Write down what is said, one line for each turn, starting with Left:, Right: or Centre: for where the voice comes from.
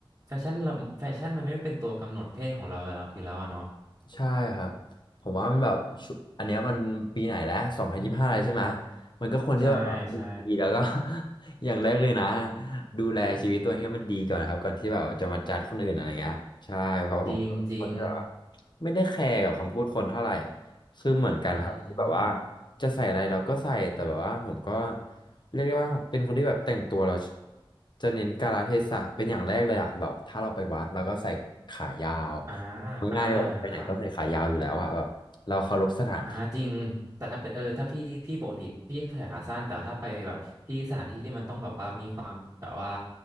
Right: แฟชั่นละแฟชั่นมันไม่ได้เป็นตัวกำหนดเพศของเราแล้วอยู่แล้วอะเนาะ
Left: ใช่ครับผมว่ามันแบบชุอันเนี้ยมันปีไหนแล้วสองพันยี่สิบห้าอะไรใช่ไหมมันก็ควรที่แบบ
Right: ใช่ใช่
Left: ดีแล้วก็ <laughs> อย่างแรกเลยนะดูแลชีวิตตัวเองให้มันดีก่อนครับก่อนที่แบบจะมาจัดคนอื่นอะไรเงี้ยใช่เพราะผมเป็นคนที่แบบว่า
Right: จริงจริง
Left: ไม่ได้แคร์กับคำพูดคนเท่าไหร่คือเหมือนกันครับที่แบบว่า
Right: อืม
Left: จะใส่อะไรเราก็ใส่แต่แบบว่าผมก็เรียกได้ว่าเป็นคนที่แบบแต่งตัวเราจะเน้นกาลเทศะเป็นอย่างแรกเลยอะแบบถ้าเราไปวัดเราก็ใส่ขายาว
Right: อ่าอ่า
Left: ง่ายๆแบบไปไหนก็ใส่ขายาวอยู่แล้วอะแบบเราเคารพสถานที่
Right: ครับ อ่าจริงแต่ถ้าเป็นเออถ้าพี่พี่ปกติพี่ใส่ขาสั้นแต่ถ้าไปแบบที่สถานที่ที่มันต้องแบบว่ามีความแบบว่า